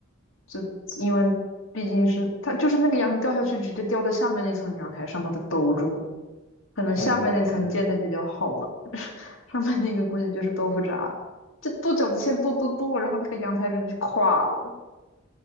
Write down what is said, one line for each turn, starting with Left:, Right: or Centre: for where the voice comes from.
Left: 就因为毕竟是他就是那个羊掉下去，直接掉在下面那层阳台上，把它兜住了。可能下面那层建的比较好吧，
Right: 我的天，
Left: <laughs> 上面那个估计就是豆腐渣，就剁饺子馅剁剁剁，然后那个阳台人就垮了。